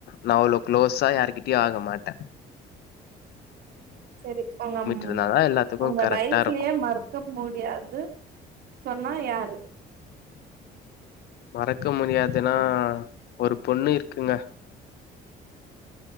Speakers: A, on the left (about 70°); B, on the right (about 70°).
A: நா அவ்வளோ க்ளோஸா யாருகிட்டயும் ஆக மாட்ட
B: சரி உங்க
A: இருந்தாதா எல்லாத்துக்கு
B: உங்க
A: கரெக்டா
B: லைப்லயே
A: இருக்கு
B: மறக் க்க முடியாது சொன்னா யாரு
A: மறக்க முடியாதுன்னா ஒரு பொண்ணு இருக்குங்க